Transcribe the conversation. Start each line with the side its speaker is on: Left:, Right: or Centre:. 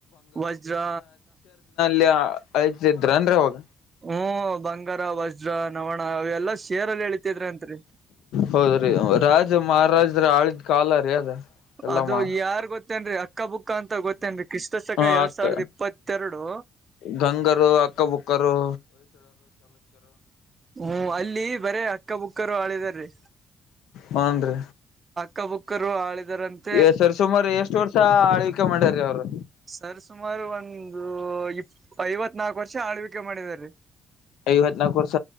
Right: ವಜ್ರ
Left: ಲ್ಲಿ ಹಯತಿದ್ರ ಅಂದ್ರೆ ಹೋಗ
Right: ಹ್ಮ ಬಂಗಾರ ವಜ್ರ ನವಣ ಅವವೆಲ್ಲಾ ಶೇರಲ್ಲಿ ಎಳಿತಿದ್ರಿ ಅತ್ರಿ
Left: ಹೌದ್ರಿ ರಾಜ ಮಹಾರಾಜ್ರ ಆಳಿದ್ ಕಾಲ ರೀ ಅದ ಎಲ್ಲಮ್ಮ
Right: ಅದು ಯಾರ್ ಗೊತ್ತೇನ್ರಿ ಅ ಚಕ್ಕ ಬುಕ್ಕ ಅಂತ ಗೊತ್ತೇನ್ರಿ ಕ್ರಿಸ್ತ ಸಕ
Left: ಹ
Right: ಎರಡ್
Left: ಅಕ್ಕ
Right: ಸಾವಿರದ ಇಪ್ಪತ್ತೆರಡು
Left: ಗಂಗರು ಅಕ್ಕಬುಕ್ಕರು
Right: ಹ್ಮ ಅಲ್ಲಿ ಬರೇ ಅಕ್ಕ ಬುಕ್ಕರು ಆಳಿದಾರೀ
Left: ಹನ್ೀ
Right: ಕಬುಕ್ಕರು ಆಳಿದರಂತೆ
Left: ಎ ಸರ್ ಸುಮಾರು ಎಷ್ಟು ವರ್ಷ ಆಳ್ವಿಕೆ ಮಾಡ್ಯೀ ಅವ್ರು
Right: ಸರ್ ಸುಮಾರು ಒಂದು ಇಪ್ಪ ಐವತ್ ನಾಕು ವರ್ಷ ಆಳ್ವಿಕೆ ಮಾಡಿದಾರೀ
Left: ಐವತ್ನಾಕು ವರ್ಷ